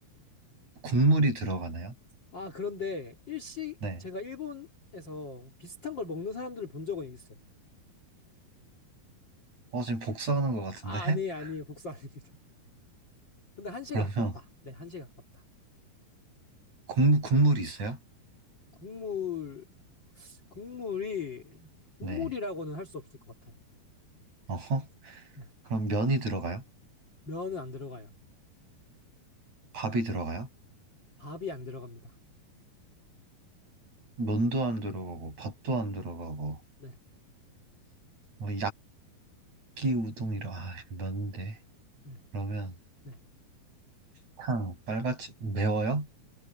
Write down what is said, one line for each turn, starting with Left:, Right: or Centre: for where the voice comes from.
Right: 국물이 들어가나요?
Left: 아, 그런데 일식,
Right: 네.
Left: 제가 일본에서 비슷한 걸 먹는 사람들을 본 적은 있어요.
Right: 어, 지금 복수하는 것 같은데?
Left: 아, 아니에요, 아니에요.
Right: <laughs>
Left: 복수 아닙니다. 근데 한식에
Right: 그러면
Left: 가깝다. 네, 한식에 가깝다.
Right: 국물, 국물이 있어요?
Left: 국물, 국물이, 국물이라고는
Right: 네.
Left: 할 수 없을 것 같아요.
Right: 어허. <laughs>
Left: 네.
Right: 그럼 면이 들어가요?
Left: 면은 안 들어가요.
Right: 밥이 들어가요?
Left: 밥이 안 들어갑니다.
Right: 면도 안 들어가고, 밥도 안 들어가고,
Left: 네,
Right: 뭐 약기 우동이라, 아, 이거 면인데.
Left: 네,
Right: 그러면
Left: 네.
Right: 탕, 빨갛지, 매워요?